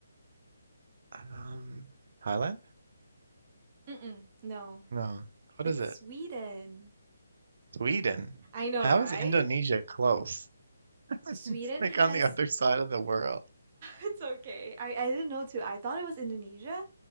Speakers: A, on the right; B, on the right.
A: Um, Thailand?
B: Mm-mm. No.
A: No. What
B: It's
A: is it?
B: Sweden.
A: Sweden.
B: I know,
A: How
B: right?
A: is Indonesia close? <laughs>
B: Sweden
A: It's like
B: has.
A: on the other
B: <laughs>
A: side of the world.
B: It's okay. I, I didn't know too. I thought it was Indonesia,